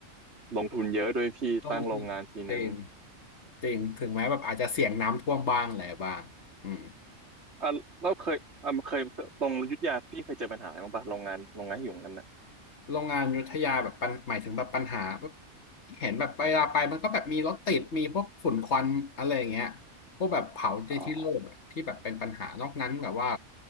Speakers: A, on the right; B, on the left.
A: ลงทุนเยอะด้วยพี่ตั้งโรงงานทีนึง
B: <laughs> ลงทุนจริงจริงถึงแม้แบบอาจจะเสี่ยงน้ำท่วมบ้างอะไรบ้างอืม
A: อ่ะเราเคยอ่ะเคยเคยตรงอยุธยาพี่เคยเจอปัญหาอะไรบ้างปะโรงงานโรงงานที่อยู่ตรงนั้นน่ะ
B: โรงงานอยุธยาแบบปัญหมายถึงแบบปัญหาแบบเห็นแบบเวลาไปมันก็แบบมีรถติดมีพวกฝุ่นควันอะไรอย่างเงี้ยพวกแบบเผาในที่โล่งอะที่แบบเป็นปัญหานอกนั้นแบบว่า
A: อ๋อ